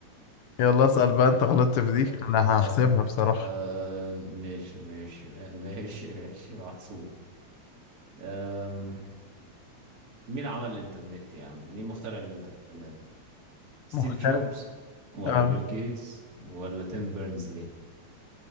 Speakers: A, on the left (about 70°); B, on the right (about 30°).
A: يلا اسأل بقى أنت غلطت في دي
B: طيب
A: أنا
B: آه...
A: هحسبها بصراحة
B: آه... ماشي ماشي ماشي ماشي محسوب آم... مين عمل الانترنت يا عم مين مخترع الانترنت ستيف
A: مختلف
B: جوبز ولا
A: آه.
B: بيل جيتس ولا تيم بيرنزلي